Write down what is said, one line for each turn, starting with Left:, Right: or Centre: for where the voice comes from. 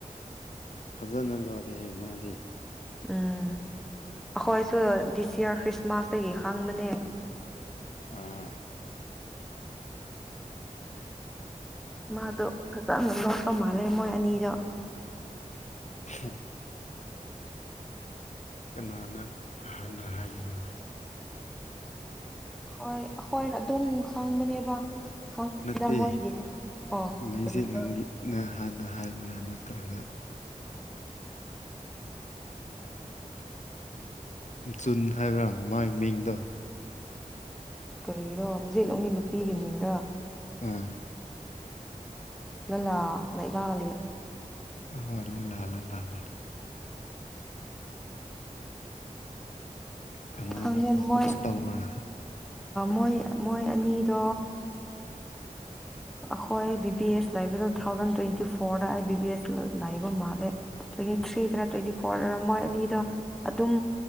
Left: ꯐꯖꯅ ꯂꯣꯏꯔꯦ ꯍꯦ ꯃꯥꯗꯤ
Centre: ꯎꯝ ꯑꯩꯈꯣꯏꯁꯨ ꯗꯤꯁ ꯌꯌꯥꯔ ꯈ꯭ꯔꯤꯁꯃꯥꯁꯇꯒꯤ ꯈꯪꯕꯅꯦ
Left: ꯑꯥ
Centre: ꯃꯥꯗꯣ ꯐꯖꯅ ꯂꯣꯛꯄ ꯃꯥꯜꯂꯦ ꯃꯣꯏ ꯑꯅꯤꯗꯣ
Left: ꯎꯝ ꯀꯅꯥꯅ ꯍꯅ ꯍꯥꯏꯕ
Centre: ꯍꯣꯏ ꯑꯩꯈꯣꯏꯅ ꯑꯗꯨꯝ ꯈꯪꯕꯅꯦꯕ ꯈꯪꯕꯅꯤꯗ
Left: ꯅꯠꯇꯦ
Centre: ꯃꯣꯏꯒꯤ ꯑꯣ
Left: ꯃꯩꯖꯤꯠꯂꯝꯒꯤꯅ
Centre: ꯀꯔꯤꯅ
Left: ꯍꯥꯟꯅ ꯍꯥꯏꯕ꯭ꯔꯥ ꯅꯠꯇ꯭ꯔꯒ ꯖꯨꯟ ꯍꯥꯏꯕ꯭ꯔꯥ ꯃꯥꯒꯤ ꯃꯤꯡꯗꯣ
Centre: ꯀꯔꯤꯔꯣ ꯃꯖꯤꯠꯂꯣꯝꯒꯤ ꯅꯨꯄꯤꯒꯤ ꯃꯤꯡꯅ
Left: ꯎꯝ
Centre: ꯂ ꯂ ꯂꯩ ꯂꯤ
Left: ꯑꯣꯏꯔꯕꯨ ꯂ ꯂ ꯂꯗ ꯀꯅꯥꯅ
Centre: ꯈꯪꯗꯦ
Left: ꯄ꯭ꯔꯄꯣꯁ
Centre: ꯃꯣꯏ
Left: ꯇꯧꯕ꯭ꯔꯥ
Centre: ꯃꯣꯏ ꯃꯣꯏ ꯑꯅꯤꯗꯣ ꯑꯩꯈꯣꯏ ꯕꯤ ꯕꯤ ꯑꯦꯁ ꯂꯩꯕꯗ ꯇꯨ ꯊꯥꯎꯖꯟ ꯇ꯭ꯋꯦꯟꯇꯤ ꯐꯣꯔꯗ ꯑꯩ ꯕꯤ ꯕꯤ ꯑꯦꯁ ꯂꯥꯏꯕ ꯃꯥꯜꯂꯦ ꯇ꯭ꯋꯦꯟꯇꯤ ꯊ꯭ꯔꯤꯗꯔ ꯇ꯭ꯋꯦꯟꯇꯤ ꯐꯣꯔꯗꯔ ꯃꯣꯏ ꯑꯅꯤꯗꯣ ꯑꯗꯨꯝ